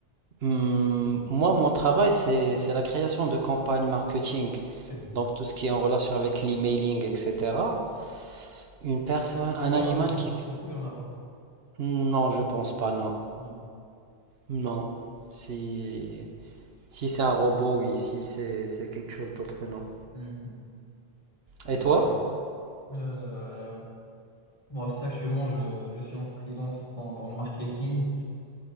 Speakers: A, on the right (about 70°); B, on the left (about 30°).
A: Hmm, moi, mon travail, c'est,
B: Hmm,
A: c'est la création de campagnes marketing.
B: Ok.
A: Donc, tout ce qui est en relation avec l'emailing, etc. Une personne,
B: Ok, Donc
A: un
B: il
A: animal
B: n'y en a pas.
A: qui... f-
B: Du coup, il n'y en a pas.
A: Non, je pense pas, non.
B: Vraiment.
A: Non. Si, si c'est un robot, oui. Si c'est c'est quelque chose d'autre, non.
B: Mhm. Euh,
A: Et toi?
B: euh, moi aussi, actuellement, je, je suis en freelance dans, dans le marketing.